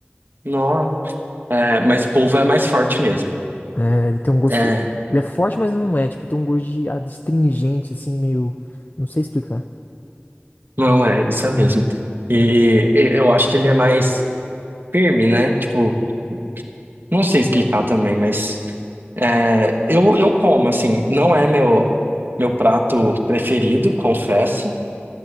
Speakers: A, on the right; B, on the left.
A: Não. É, mas polvo é mais forte mesmo.
B: É, ele tem um gosto.
A: É.
B: Ele é forte, mas não é. Tipo, tem um gosto de astringente, assim, meio. Não sei explicar.
A: Não, é, isso é mesmo. E e- eu acho que ele é mais firme, né? Tipo, não sei explicar também, mas é, eu, eu como, assim, não é meu, meu prato preferido, confesso,